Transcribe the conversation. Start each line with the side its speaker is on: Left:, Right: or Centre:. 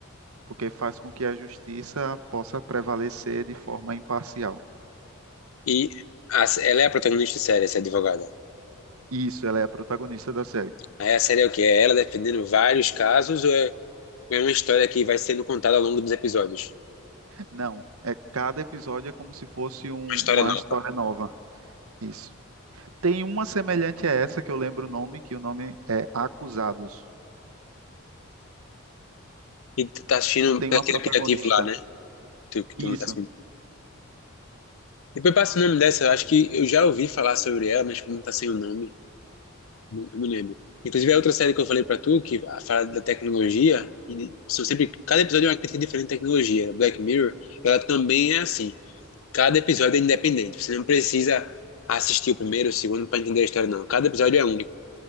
Right: Porque faz com que a justiça possa prevalecer de forma imparcial.
Left: E a- ela é a protagonista da série, essa advogada.
Right: Isso, ela é a protagonista da série.
Left: Aí a série é o quê? É ela defendendo vários casos ou é, ou é uma história que vai sendo contada ao longo dos episódios?
Right: Não, é cada episódio é como se fosse um-
Left: Uma história
Right: uma
Left: nova.
Right: história nova. Isso. Tem uma semelhante a essa que eu lembro o nome, que o nome é Acusados.
Left: E tu tá assistindo
Right: Não tem
Left: pelo
Right: uma
Left: aquele
Right: protagonista.
Left: aplicativo lá, né? Tu, que tu
Right: Isso.
Left: me tá Depois passa o nome dessa, eu acho que eu já ouvi falar sobre ela, mas como tá sem o nome, não, não lembro. Inclusive, a outra série que eu falei pra tu, que a- fala da tecnologia, e são sempre, cada episódio é uma crítica diferente à tecnologia. Black Mirror, ela também é assim. Cada episódio é independente. Você não precisa assistir o primeiro, o segundo pra entender a história, não. Cada episódio é único.